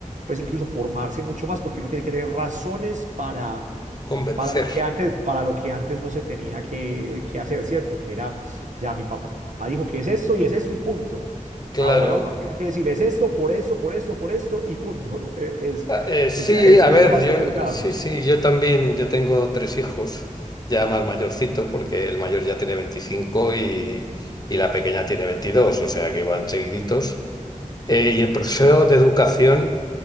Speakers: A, on the right; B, on the left.
A: pues incluso formarse mucho más porque uno tiene que tener razones para
B: Convencer.
A: para lo que antes, para lo que antes no se tenía que, que hacer, ¿cierto? Que era, ya mi papá dijo que es esto y es esto y punto.
B: Claro.
A: Ahora uno tiene que decirle es esto, por esto, por esto, por esto y punto. <laughs> Eh, Es,
B: Ah, Eh, sí,
A: es, es-
B: a
A: es
B: ver,
A: ya más
B: yo
A: complicado.
B: sí, sí, yo también, yo tengo tres hijos, ya más mayorcitos, porque el mayor ya tiene veinticinco y, y la pequeña tiene 22, o sea que van seguiditos. Eh, y el proceso de educación.